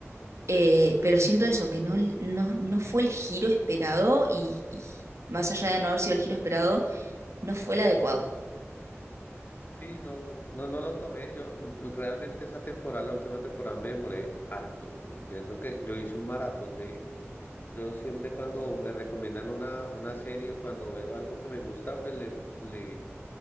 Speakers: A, on the right; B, on the left.
A: Eh, pero siento eso, que no, no, no fue el giro esperado y, y más allá de no haber sido el giro esperado, no fue el adecuado.
B: Sí, no, no, no, no lo tomé. Yo l- realmente esa temporada, la última temporada, me demoré harto. Viendo que yo hice un maratón de, Yo siempre cuando me recomiendan una, una serie, cuando veo algo que me gusta, pues le, le